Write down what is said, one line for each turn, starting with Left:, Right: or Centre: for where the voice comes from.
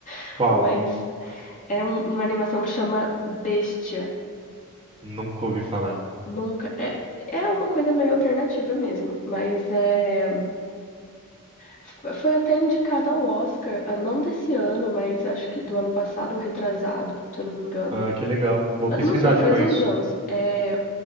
Left: <laughs>
Right: Qual?
Left: Mas é um- uma animação que chama Bestia.
Right: Nunca ouvi falar.
Left: Nunca. É, é uma coisa meio alternativa mesmo. Mas é. f- Foi até indicada ao Oscar, ah, não desse ano, mas acho que do ano passado ou retrasado, se eu não me engano.
Right: Ah, que legal. Vou
Left: Ah,
Right: pesquisar
Left: Não sei, faz
Right: depois.
Left: uns anos. É,